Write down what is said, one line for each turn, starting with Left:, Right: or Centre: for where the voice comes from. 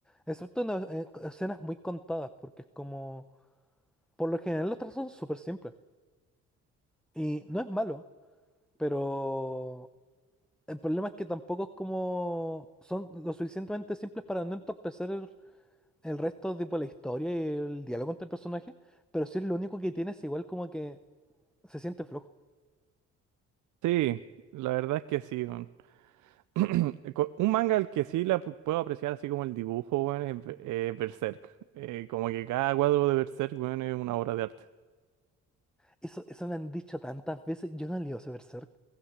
Centre: excepto en eh, escenas muy contadas, porque es como, por lo general los trazos son súper simples, y no es malo, pero el problema es que tampoco es como, son lo suficientemente simples para no entorpecer el, el resto, tipo la historia y el diálogo entre el personaje, pero sí es lo único que tienes, igual como que se siente flojo.
Right: Sí, la verdad es que sí, weón. <clears throat> Co- Un manga al que sí la pu- puedo apreciar así como el dibujo, weón, es Be- eh, Berserk. Eh, como que cada cuadro de Berserk, weón, es una obra de arte.
Centre: Eso, eso me han dicho tantas veces. Yo no leo Berserk.